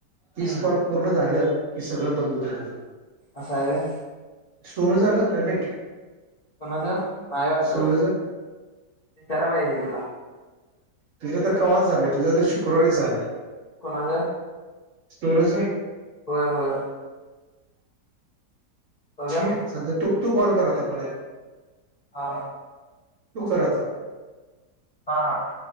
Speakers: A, on the right; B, on the left.
A: तीस
B: हम्म
A: कॉल पूर्ण झालं की सगळ बंद होतय तुझ
B: असं आहे व्हय
A: सुरू झालं पेमेंट
B: कुणाच नाही अजून
A: सोनूच
B: विचाराय पाहिजे दीदीला
A: तुझं तर कवाच झालंय तुझं तर शुक्रवारीच झालंय
B: कोणाच
A: सोनूच
B: होय होय बघूया
A: ठीक आहे चालत तू तू कॉल कर आता परत
B: हा
A: तू कर आता
B: हा हा